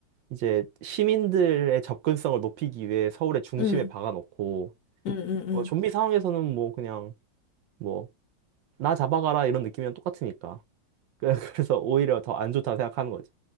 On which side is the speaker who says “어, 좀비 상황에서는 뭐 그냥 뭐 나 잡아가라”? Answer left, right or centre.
Right